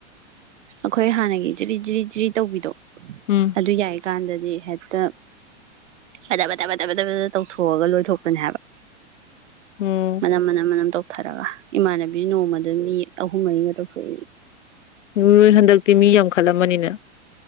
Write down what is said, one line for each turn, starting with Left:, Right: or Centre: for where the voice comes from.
Right: ꯑꯩꯈꯣꯏ ꯍꯥꯟꯅꯒꯤ ꯖꯤꯔꯤ ꯖꯤꯔꯤ ꯖꯤꯔꯤ ꯇꯧꯕꯤꯗꯣ
Left: ꯎꯝ
Right: ꯑꯗꯨ ꯌꯥꯏꯀꯥꯟꯗꯗꯤ ꯍꯦꯛꯇ ꯐꯠꯇ ꯐꯊꯕ ꯐꯠꯇ ꯐꯊ ꯇꯧꯊꯣꯛꯑꯒ ꯂꯣꯏꯊꯣꯛꯄꯅꯦ ꯍꯥꯏꯕ
Left: ꯎꯝ
Right: ꯃꯅꯝ ꯃꯅꯝ ꯃꯅꯝ ꯇꯧ ꯊꯔꯒ ꯏꯃꯥꯟꯅꯕꯤ ꯅꯣꯡꯃꯗ ꯃꯤ ꯑꯍꯨꯝ ꯃꯔꯤꯒ ꯇꯧꯊꯣꯛꯏ
Left: ꯅ ꯍꯟꯗꯛꯇꯤ ꯃꯤ ꯌꯥꯝꯈꯠꯂꯝꯃꯅꯤꯅ